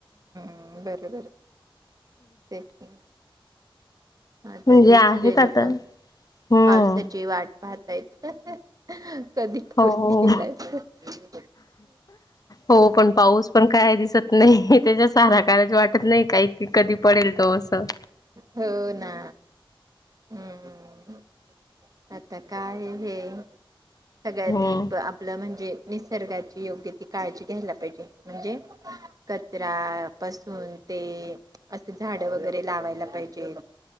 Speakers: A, on the right (about 40°); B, on the left (about 45°).
A: ह बर बर तेच आता
B: म्हणजे
A: तेच
B: आहेत
A: सगळे
B: आता
A: लोक
B: हम्म
A: पावसाची वाट पाहतायत कधी पाऊस
B: हो
A: गेलायच.
B: हो पण पाऊस पण काय दिसत नाही. त्याच्या सारा ढगाळ वाटत. वाटत नाही. काही की कधी पडेल तो असं.
A: हो ना हम्म. आता काय हे सगळ्यांनी
B: हम्म
A: आपलं म्हणजे. निसर्गाची योग्य ती काळजी घ्यायला पाहिजे म्हणजे कचरा पासून. ते असं झाड वगैरे लावायला पाहिजे.